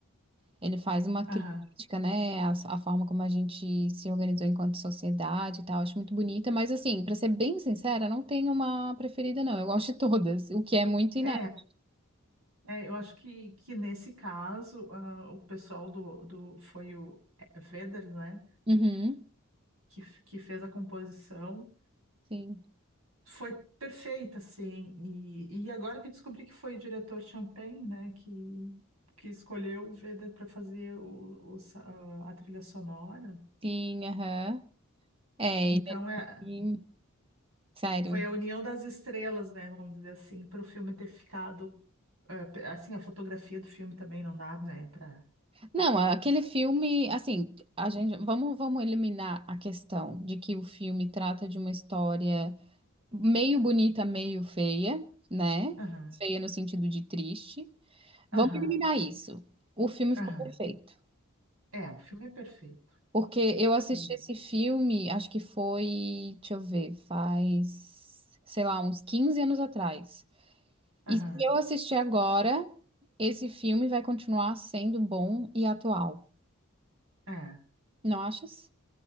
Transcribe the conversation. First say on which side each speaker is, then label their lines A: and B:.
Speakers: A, on the right; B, on the right.
A: Ele faz uma
B: Aham.
A: crítica, né, à, à forma como a gente se organizou enquanto sociedade e tal. Acho muito bonita, mas assim, pra ser bem sincera, não tenho uma preferida, não. Eu gosto de todas, o que é muito inédito.
B: É, é, eu acho que, que nesse caso, ah, o pessoal do, do foi o é, Vedder, né,
A: Uhum,
B: que, f- que fez a composição,
A: sim,
B: foi perfeita, assim, e, e agora que eu descobri que foi o diretor Champagne, né, que, que escolheu o Vedder para fazer o, o sa- ah, a trilha sonora,
A: sim, aham. É,
B: então
A: ele
B: é,
A: ali. Sério.
B: foi a união das estrelas, né, vamos dizer assim, para o filme ter ficado, eh, pe- assim, a fotografia do filme também não dá, né, para...
A: Não, aquele filme, assim, a gente, vamos, vamos eliminar a questão de que o filme trata de uma história meio bonita, meio feia, né?
B: Aham,
A: Feia no sentido de triste.
B: aham.
A: Vamos eliminar isso. O filme
B: Aham.
A: ficou perfeito.
B: É, o filme é perfeito.
A: Porque eu assisti
B: E,
A: esse filme, acho que foi, deixa eu ver, faz, sei lá, uns 15 anos atrás.
B: aham,
A: E se eu assistir agora, esse filme vai continuar sendo bom e atual.
B: é,
A: Não achas?